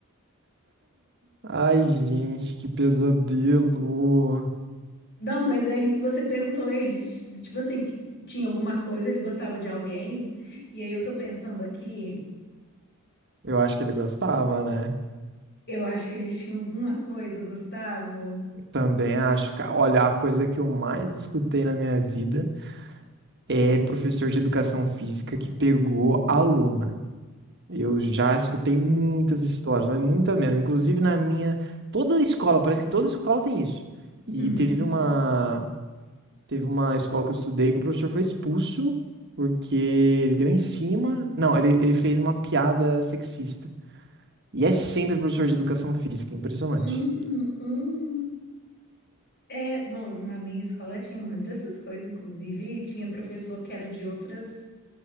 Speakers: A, on the right (about 50°); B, on the left (about 50°).
A: Ai, gente, que pesadelo.
B: Não, mas aí você perguntou a ele, se- tipo assim, que tinha alguma coisa, ele gostava de alguém? E aí eu tô pensando aqui,
A: Eu acho que ele gostava, né?
B: eu acho que eles tinham alguma coisa, Gustavo.
A: Também acho. Ca- Olha, a coisa que eu mais escutei na minha vida é professor de educação física que pegou aluna. Eu já escutei muitas histórias, mas muita mesmo. Inclusive na minha. Toda escola, parece que toda escola tem isso. E
B: Uhum.
A: teve uma. Teve uma escola que eu estudei que o professor foi expulso porque ele deu em cima. Não, ele, ele fez uma piada sexista. E é sempre professor de educação física, impressionante.
B: Hum, hum. É, no- na minha escola tinha uma dessas coisas, inclusive tinha professor que era de outras,